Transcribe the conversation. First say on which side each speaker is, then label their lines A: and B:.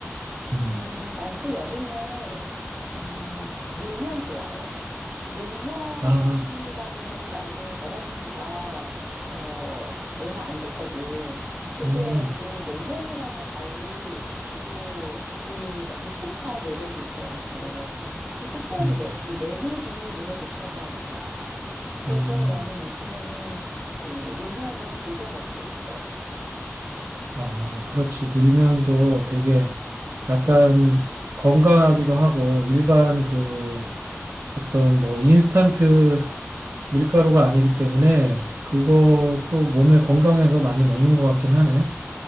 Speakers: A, on the right; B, on the right.
A: 음.
B: 음, 난 또 여름에, 음, 밀면 좋아해. 밀면이라는
A: 아.
B: 거를 나는 먹어본 지가 어, 얼마 안 됐거든. 근데
A: 음,
B: 또 냉면이랑은 달리 또 그 독특한 매력이 있더라고. 또 특별히
A: 음.
B: 매, 그 메밀이 몸에 좋다고 하잖아. 그래서
A: 음.
B: 나는 요즘에는 그 밀면을 즐겨 먹고 있어.
A: 아, 그렇지. 밀면도 되게 약간 건강하기도 하고 일반 그 어떤 뭐 인스턴트 밀가루가 아니기 때문에 그것도 몸에 건강해서 많이 먹는 것 같긴 하네.